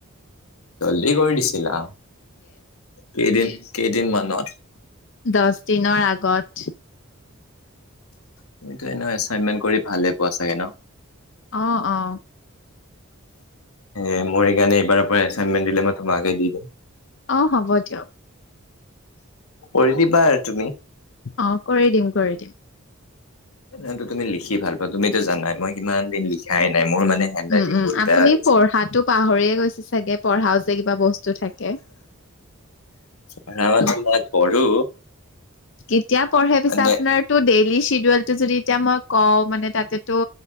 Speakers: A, on the left; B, on the left.
A: কি কৰি দিছিলা। কেইদিন কেইদিনমানত?
B: দহ দিনৰ আগত।
A: তুমিতো এনে এচাইনমেন্ট কৰি ভালে পোৱা চাগে ন?
B: অ অ
A: এ মোৰ সেইকাৰণে এইবাৰৰ পৰা এচাইনমেট দিলে মই তোমাকে দি দিম।
B: অ হ'ব দিয়ক
A: কৰি দিবা আৰু তুমি।
B: অ কৰি দিম কৰি দিম।
A: সেইটো তুমি লিখি ভাল পোৱা। তুমিতো জানাই মই কিমান দিন লিখাই নাই। মোৰ মানে হেণ্ড ৰাইটিং
B: উম উম,
A: বহুত
B: আপুনি
A: বেয়া হৈ গৈছে।
B: পঢ়াতো পাহৰিয়ে গৈছে চাগে। পঢ়া যে কিবা বস্তু থাকে
A: পঢ়া পঢ়ো
B: কি এতিয়া পঢ়ে হিচাপ
A: মানে
B: নাই আপোনাৰ টো ডেইলি শ্বিডিউল টো যদি এতিয়া মই কওঁ মানে তাতে টো